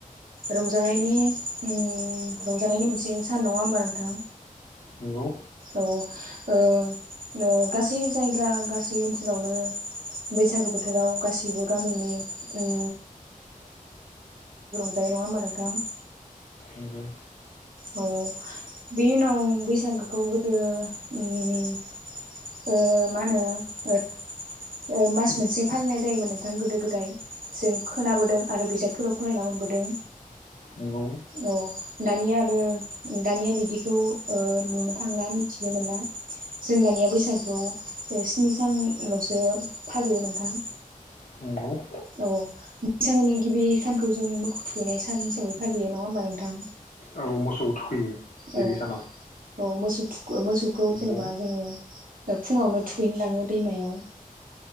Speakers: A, on the right (about 75°); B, on the left (about 70°).
A: रंजानायनि उम रंजानायनि मोनसे दिनै सान नङा होमबा नोंथां?
B: नंगौ
A: औ ओ ओ गासै जायगा गासै ओनसोलावनो बैसागो बोथोराव गासैबो गामिनि उम दायो नङा होमबा नोंथां
B: नंगौ
A: अ बेनि उनाव बैसागोखौ गोद दो ओम ओ मा होनो ओ ओ मास मोनसे फालिनाय जायोमोन नोंथां गोदो गोदाय जों खोनाबोदों आरो बिजाबफोराव फरायना मोनबोदों।
B: नंगौ
A: औ दानिया आरो दानिया बिदिखौ ओ नुनो थांला मिथिनो मोनला जों दानिया बैसागुखौ स्नि सानल'सो फालियो नोंथां।
B: नंगौ
A: औ बैसागोनि गिबि सानखौ जों मोखौ थुखैनाय सान हिसाबै फालियो नङा होमबा नोंथां।
B: औ मोसौ थुखैयो। गिबि
A: औ
B: सानाव
A: औ मोसौ थु मोसौखौ
B: नंगौ
A: जेनबा जोङो ओ फुङावनो थुखैनो लाङो दैमायाव